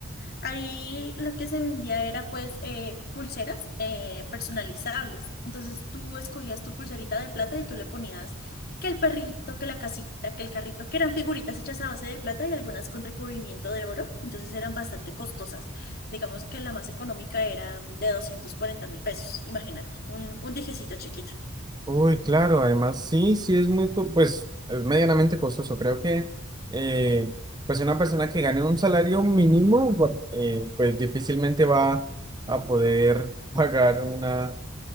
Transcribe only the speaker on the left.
Ahí lo que se vendía era pues eh, pulseras eh, personalizables. Entonces tú escogías tu pulserita de plata y tú le ponías que el perrito, que la casita, que el carrito, que eran figuritas hechas a base de plata y algunas con recubrimiento de oro. Entonces eran bastante costosas. Digamos que la más económica era de doscientos cuarenta mil pesos. Imagínate, un, un dijecito chiquito.